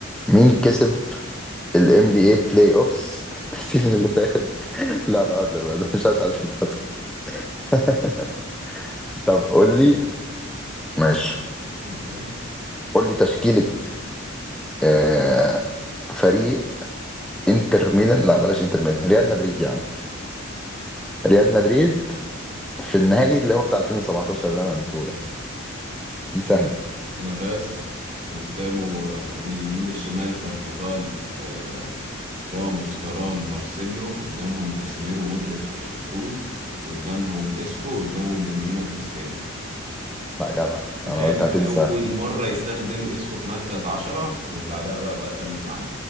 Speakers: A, in the centre; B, on the right.
A: مين كسب ال NBA بلاي اوفس <laughs> السيزون اللي فات لا بهزر بهزر مش هسأل في الباسكت <laughs> طب قول لي ماشي
B: <laughs>
A: قول لي تشكيلة آه فريق انتر ميلان لا بلاش انتر ميلان ريال مدريد يا عم ريال مدريد في النهائي اللي هو بتاع 2017 اللي انا قلته لك دي سهلة
B: ماشي نافاز قدامه آه، من اليمين للشمال كارفاغال آه، راموس فاران مارسيلو قدامهم كاسيميرو مودريتش كروز قدامهم اسكو قدامهم بنزيما كريستيانو
A: لا يا جدع
B: وكانت
A: انا قلت هتنسى
B: أول مرة يستخدم اسكو في مركز عشرة ومن بعدها بقى بقى كمل معاه